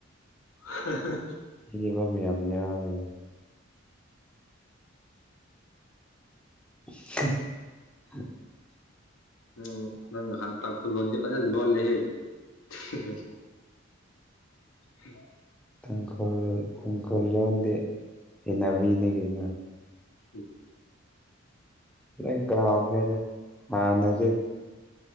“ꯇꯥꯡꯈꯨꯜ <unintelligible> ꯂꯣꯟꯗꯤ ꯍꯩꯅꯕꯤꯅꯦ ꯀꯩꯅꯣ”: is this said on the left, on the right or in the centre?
Centre